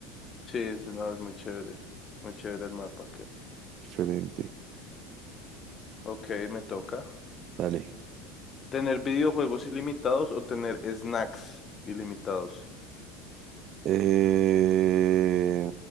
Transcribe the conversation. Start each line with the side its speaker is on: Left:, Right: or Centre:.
Left: Sí, sí, no, es muy chévere. Muy chévere el mapa. que
Right: diferente.
Left: Ok, me toca.
Right: Dale.
Left: ¿Tener videojuegos ilimitados o tener snacks ilimitados?
Right: Eh,